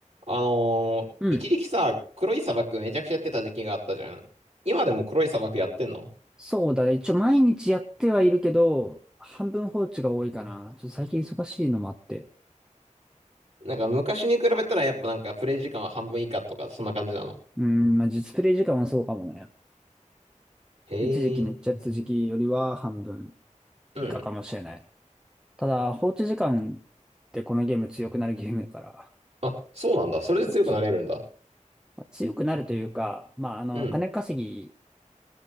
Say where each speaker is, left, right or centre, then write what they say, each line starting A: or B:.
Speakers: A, on the right; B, in the centre.
A: あのー一時期さ、
B: うん。
A: 黒い砂漠めちゃくちゃやってた時期があったじゃん。今でも黒い砂漠やってんの
B: そうだね。一応毎日やってはいるけど、半分放置が多いかな。ちょっと最近忙しいのもあって。
A: なんか昔に比べたらやっぱなんかプレイ時間は半分以下とか、そんな感じなの。
B: うん、まあ実プレイ時間はそうかもね。
A: へ
B: 一時期めっちゃやってた時期よりは半分
A: え。うん。
B: 以下かもしれない。ただ、放置時間ってこのゲーム強くなるゲームだから、
A: あ、そうなんだ。それで強くなれるんだ。
B: 放置、まあ強くなるというか、まああの、
A: うん。
B: 金稼ぎ、